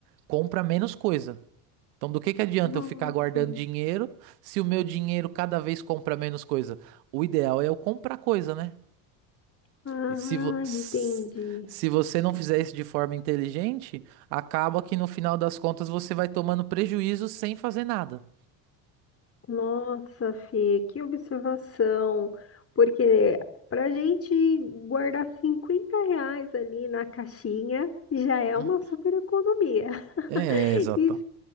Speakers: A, on the right; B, on the left.
A: compra menos coisa. Então, do que que adianta
B: Nossa.
A: eu ficar guardando dinheiro se o meu dinheiro cada vez compra menos coisa? O ideal é eu comprar coisa, né?
B: Ah,
A: E se, vo- s-
B: entendi.
A: se você não fizer isso de forma inteligente, acaba que no final das contas você vai tomando prejuízo sem fazer nada.
B: Nossa, Fê, que observação. Porque pra gente guardar 50 reais ali na caixinha já é
A: Hum,
B: uma super economia. <laughs>
A: É, exato.
B: E